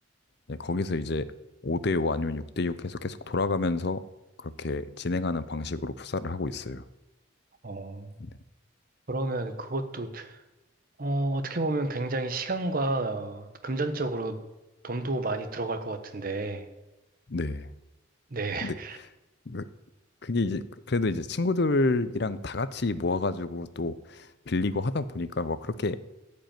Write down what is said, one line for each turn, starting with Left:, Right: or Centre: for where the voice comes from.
Left: 이제 거기서 이제 5대5 아니면 6대6 해서 계속 돌아가면서 그렇게 진행하는 방식으로 풋살을 하고 있어요.
Right: 어,
Left: 네.
Right: 그러면 그것도 어, 어떻게 보면 굉장히 시간과 금전적으로 돈도 많이 들어갈 것 같은데,
Left: 네.
Right: 네,
Left: 근데
Right: <laughs>
Left: 그- 그게 이제 그래도 이제 친구들이랑 다 같이 모아가지고 또 빌리고 하다 보니까 막 그렇게